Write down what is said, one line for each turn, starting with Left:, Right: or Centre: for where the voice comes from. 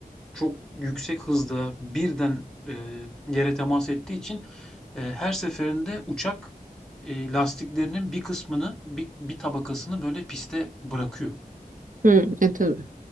Centre: çok yüksek hızda birden e, yere temas ettiği için e, her seferinde uçak e, lastiklerinin bir kısmını bir, bir tabakasını böyle piste bırakıyor.
Right: Hı, e tabii.